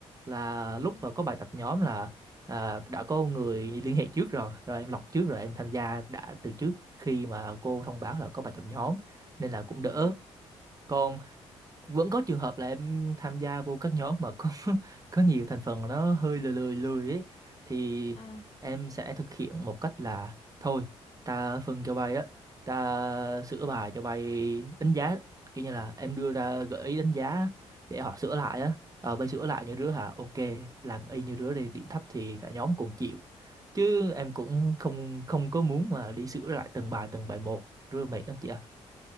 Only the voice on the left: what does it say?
ừ
ừ
à